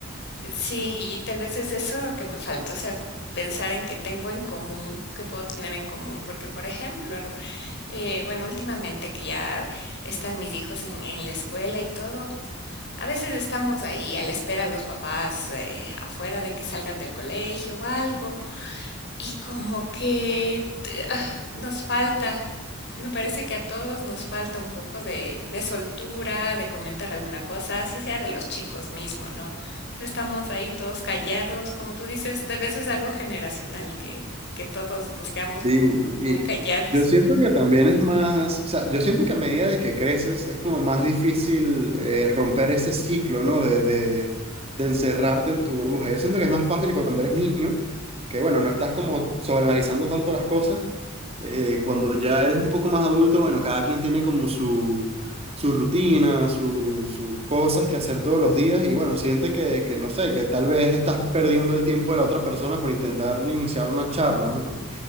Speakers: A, on the left; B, on the right.
A: eh, Sí, y tal vez es eso lo que me faltó, o sea, pensar en qué tengo en común, qué puedo tener en común, porque por ejemplo, en- eh, bueno, últimamente que ya están mis hijos en, en la escuela y todo, a veces estamos ahí a la espera los papás eh, afuera de que salgan del colegio o algo. Y como que te- ah, nos falta, me parece que a todos nos falta un poco de, de soltura, de comentar alguna cosa, así sea de los chicos mismo, ¿no? Pero estamos ahí todos callados, como tú dices, tal vez es algo generacional que, que todos nos quedamos como
B: Sí, pues, y
A: muy callados.
B: yo siento que también es más, o sea, yo siento que a medida de que creces es como más difícil eh, romper ese ciclo, ¿no? De, de, de encerrarte en tu burbuja. Yo siento que es más fácil cuando eres niño, que bueno, no estás como sobreanalizando tanto las cosas. Eh, cuando ya eres un poco más adulto, bueno, cada quien tiene como su, su rutina, su- sus cosas que hacer todos los días y bueno, siente que, que no sé, que tal vez estás perdiendo el tiempo de la otra persona por intentar iniciar una charla, ¿no?